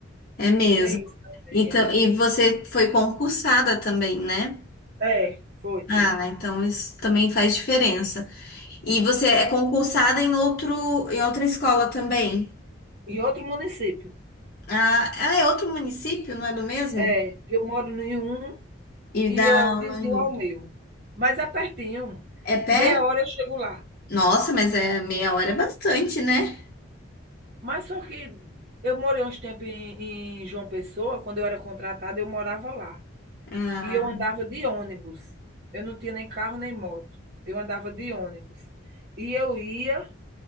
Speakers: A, on the left; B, on the right.
A: é mesmo.
B: Tem isso também,
A: E, tam- e você foi concursada também, né?
B: é. É, foi.
A: Ah, então isso também faz diferença. E você é concursada em outro, em outra escola também?
B: Em outro município.
A: Ah, ah, é outro município, não é do mesmo?
B: É, que eu moro em um
A: E
B: E
A: dá
B: é
A: aula
B: vizinho
A: em outro.
B: ao meu, mas é pertinho,
A: É pé?
B: meia hora eu chego lá.
A: Nossa, mas é meia hora é bastante, né?
B: Mas só que eu morei uns tempos em em João Pessoa, quando eu era contratada eu morava lá,
A: Ah,
B: e eu andava de ônibus, eu não tinha nem carro nem moto, eu andava de ônibus. E eu ia